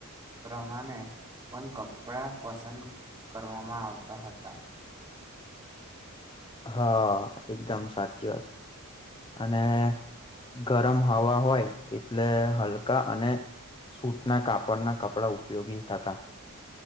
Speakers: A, on the right; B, on the left.
A: પ્રમાણે પણ કપડા પસંદ કરવામાં આવતા હતા.
B: હા એકદમ સાચી વાત અને ગરમ હવા હોય એટલે હલકા અને સૂટ ના કાપડ ના કપડા ઉપયોગી થતા.